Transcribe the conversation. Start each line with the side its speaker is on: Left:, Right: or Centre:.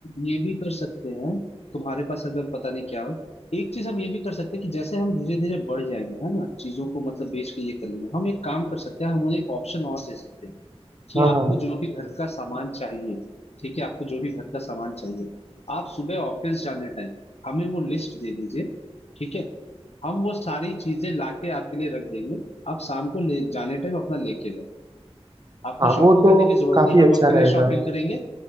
Left: ये भी कर सकते हैं तुम्हारे पास अगर पता नहीं क्या हो एक चीज हम ये भी कर सकते हैं कि जैसे हम धीरे धीरे बढ़ जाएंगे है ना चीजों को मतलब बेच के ये कर लेंगे हम एक काम कर सकते हैं हम उन्हें एक ऑप्शन और दे सकते हैं कि
Right: हाँ हाँ
Left: आपको जो भी घर का सामान चाहिए ठीक है आपको जो भी घर का सामान चाहिए आप सुबह ऑफिस जाने टाइम हमें वो लिस्ट दे दीजिए ठीक है हम वो सारी चीजें लाके आपके लिए रख देंगे आप शाम को ले जाने टाइम अपना लेके जाओ आपको
Right: हाँ
Left: शॉपिंग
Right: वो तो
Left: करने की जरूरत
Right: काफी
Left: नहीं हम
Right: अच्छा
Left: आपके लिए
Right: रहेगा
Left: शॉपिंग करेंगे